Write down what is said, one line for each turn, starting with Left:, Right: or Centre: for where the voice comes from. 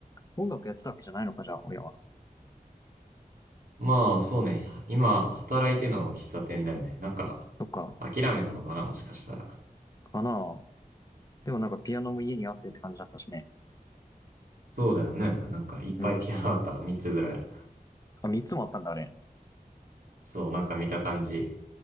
Left: 音楽やってたわけじゃないのか、じゃあ、親は。
Right: まあ、そうね。今、働いてるのは喫茶店だよね。なんか、
Left: そっか、
Right: 諦めたのかな、もしかしたら。
Left: かな。でもなんかピアノも家にあってって感じだったしね。
Right: そうだよね。なんか、いっぱいピアノあった。
Left: うん。
Right: 3つぐらい。
Left: あ、三つもあったんだ、あれ。
Right: そう、なんか見た感じ